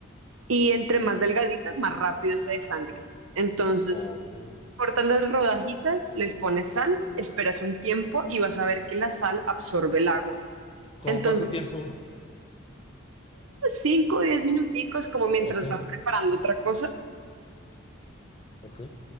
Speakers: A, on the right (about 80°); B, on the left (about 25°).
A: y entre más delgaditas, más rápido se desangran. Entonces,
B: Oh.
A: cortas las rodajitas, les pones sal, esperas un tiempo y vas a ver que la sal absorbe el agua.
B: ¿Cómo
A: Entonces,
B: cuánto tiempo?
A: cinco o diez minuticos, como mientras
B: Ok, ok.
A: vas preparando otra cosa.
B: Ok.